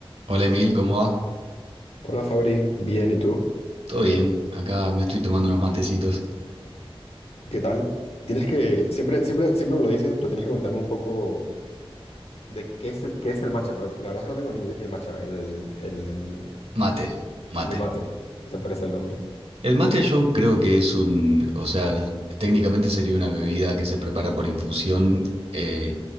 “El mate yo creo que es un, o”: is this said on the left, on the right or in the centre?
Right